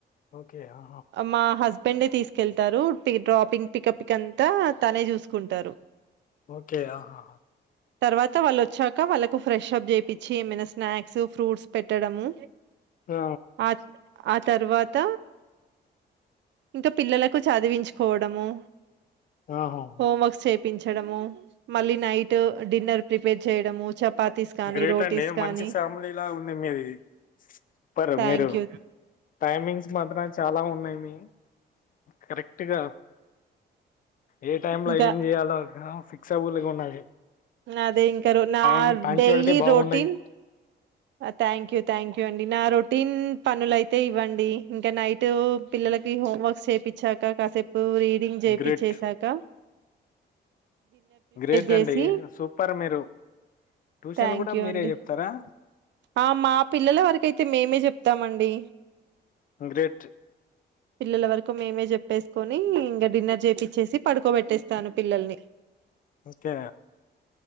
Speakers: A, on the left; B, on the right.
A: ఓకే ఆహా
B: మా హస్ పెండే తీసుకెళ్తారు డ్రాపింగ్ పికప్ కంతా తనే చూసుకుంటారు
A: ఓకే ఆహా
B: తర్వాత వాళ్ళు వచ్చాక వాళ్ళకు ఫ్రెష్ప్ చేయిచ్చి ఏమైనా స్నాక్స్ ఫ్రూట్స్ పెట్టడము
A: ఆ
B: ఆ ఆ తర్వాత ఇంకా పిల్లలకు చదివించుకోవడము
A: ఆఓహ
B: హోంవర్క్స్ చేపించడము మళ్ళీ నైట్ డిన్నర్ ప్రిపేర్ చేయడము చపాతీస్ కానీ
A: గ్రేట్
B: రోటీస్
A: అండి
B: కానీ
A: మంచి ఫ్యామిలీలా ఉంది మీది సుప్పర్
B: థ్యాంక్
A: మీరు
B: యూ
A: టైమింగ్స్ మాత్రం చాలా ఉన్నాయి మీ కరెక్ట్గా ఏ టైమ్ లో
B: ఇంకా
A: ఏం చేయాలో ఫిక్ <unintelligible> గా ఉన్నది
B: అదే ఇంక నా
A: టైం పంచువాలిటీ
B: డైలీ
A: బాగున్నాయి
B: routine thank you thank you అండి నా రొటీన్ పనులయితే ఇవ్వండి ఇంకా నైట్ పిల్లలకి హోమ్వర్క్స్ చేపిచ్చాక కాసేపు రీడింగ్ చెప్పిచ్చి
A: గ్రేట్
B: చేసాక
A: గ్రేట్
B: చేసి
A: అండి సూపర్ మీరు ట్యూషన్
B: థ్యాంక్
A: కూడా
B: యూ
A: మీరే
B: అండి
A: చెప్తారా
B: ఆ మా పిల్లల వరకయితే మేమే చెప్తామండి
A: గ్రేట్
B: పిల్లల వరకు మేమే చెప్ప ప్పేసుకొని ఇంకా డిన్నర్ చేపిచ్చేసి పడుకోబెట్టేస్తాను పిల్లల్ని
A: ఓకే